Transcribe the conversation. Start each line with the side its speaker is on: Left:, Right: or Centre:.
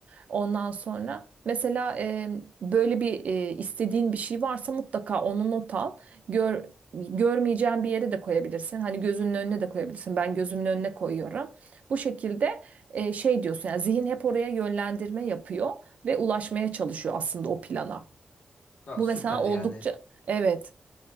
Right: ondan sonra mesela e, böyle bir e, istediğin bir şey varsa mutlaka onu not al gör görmeyeceğin bir yere de koyabilirsin hani gözünün önüne de koyabilirsin ben gözümün önüne koyuyorum bu şekilde e, şey diyorsun yani zihin hep oraya yönlendirme yapıyor ve ulaşmaya çalışıyor aslında o plana.
Left: Aa,
Right: Bu
Left: süper
Right: mesela oldukça
Left: yani
Right: evet